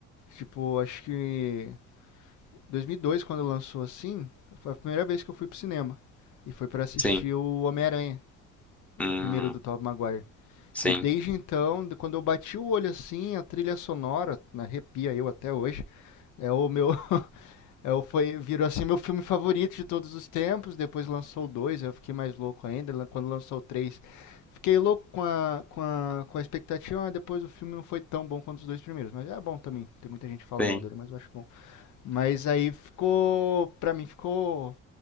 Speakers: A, on the left (about 75°); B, in the centre.
A: tipo, acho que 2002 quando lançou assim, foi a primeira vez que eu fui pro cinema e foi pra assistir
B: Sim.
A: o Homem-Aranha, o
B: Hum,
A: primeiro do Tobey Maguire.
B: sim,
A: E desde então, de- quando eu bati o olho assim, a trilha sonora, né, arrepia eu até hoje, é o meu <laughs> Eu foi, virou assim meu filme favorito de todos os tempos. Depois lançou o dois, eu fiquei mais louco ainda. lan- Quando lançou o três, fiquei louco com a, com a, com a expectativa, mas depois o filme não foi tão bom quanto os dois primeiros. Mas é bom também. Tem muita gente que fala
B: sim.
A: mal dele, mas eu acho bom. Mas aí ficou, pra mim, ficou